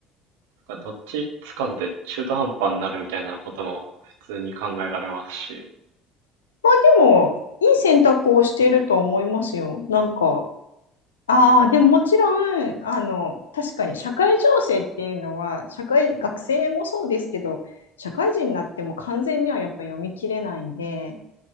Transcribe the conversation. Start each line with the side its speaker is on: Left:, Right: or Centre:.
Right: なんかどっちつかずで中途半端になるみたいなことも普通に考えられますし。
Left: まあでも、いい選択をしていると思いますよ。なんか、ああ、でももちろん、あの、確かに社会情勢っていうのは、社会、学生もそうですけど、社会人になっても完全にはやっぱ読み切れないんで、